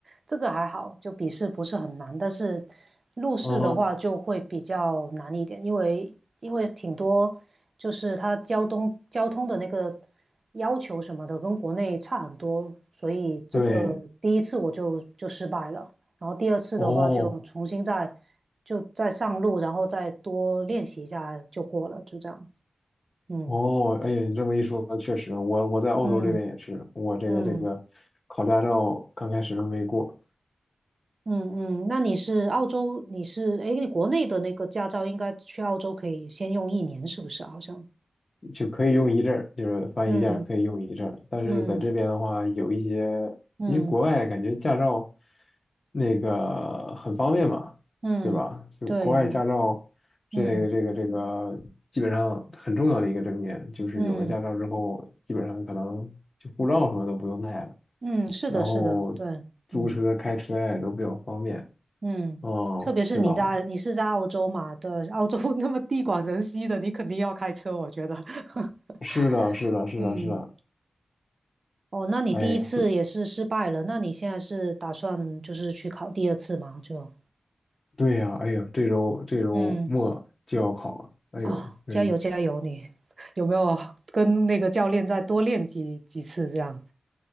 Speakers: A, on the right; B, on the left.
A: 这个还好，就笔试不是很难，但是路试的话就会比较难一点，
B: 嗯哼，
A: 因为因为挺多就是它交通交通的那个。要求什么的跟国内差很多，所以这个第一次我就就失败了，
B: 对，
A: 然后第二次的话就重新再就再上路，
B: 哦
A: 然后再多练习一下就过了，就这样。嗯
B: 哦，哎呀，你这么一说，确实，我我在澳洲这边也是，
A: 嗯
B: 我这个这个考驾照刚开始都没过，
A: 嗯嗯嗯，那你是澳洲，你是诶，你国内的那个驾照应该去澳洲可以先用一年，是不是啊？好像，
B: 就可以用一阵儿，就是翻译件儿可以用一阵儿，
A: 嗯
B: 但是在这边的话，
A: 嗯
B: 有一些，
A: 嗯
B: 因为国外感觉驾照那个很方便嘛，
A: 嗯，
B: 对吧？就国外驾照这个这个这个基本上很重要的一个证件，
A: 对，嗯
B: 就是有了驾照之后，
A: 嗯
B: 基本上可能就护照什么都不用带了，
A: 嗯，是的，
B: 然后
A: 是的，对，
B: 租车开车呀也都比较方便，
A: 嗯。嗯，
B: 哦，
A: 特别是你在你是在澳洲嘛，
B: 是吧？
A: 对，澳洲 <laughs> 那么地广人稀的，你肯定要开车，我觉得。<laughs>
B: 是的，是的，是的，
A: 嗯，
B: 是的，
A: 哦，那你第一次也是失败了，
B: 哎呀，
A: 那你现在是打算就是去考第二次吗？就，
B: 对呀，哎呦，这周这周末就要考了，
A: 嗯，
B: 哎呦，
A: 哦，
B: 对，
A: 加油加油你，<laughs> 有没有跟那个教练再多练几几次这样？